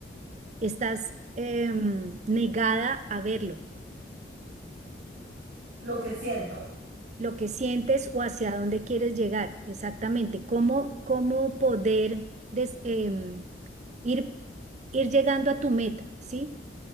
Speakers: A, on the right; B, on the right.
A: estás em, negada a verlo.
B: Lo que siento.
A: lo que sientes o hacia dónde quieres llegar, exactamente, cómo, cómo poder des- em, ir, ir llegando a tu meta, ¿sí?